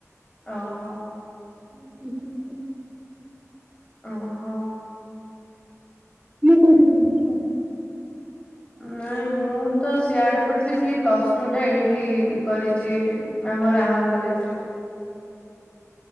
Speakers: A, on the left (about 25°); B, on the right (about 25°).
A: ଓହୋ।
B: <unintelligible>
A: ଓ ହୋ।
B: କୋଉଠି ପଢୁଥିଲ
A: ନାଇଁ ମୁଁ ମୁଁ ତ ସିଆଡେ଼ ପଢ଼ିଥିଲି ଖାଲି ପ୍ଲସ ଟୁ ଟା ଏଇଠି କରିଛି ଆମ ରାହାମା କଲେଜରେ।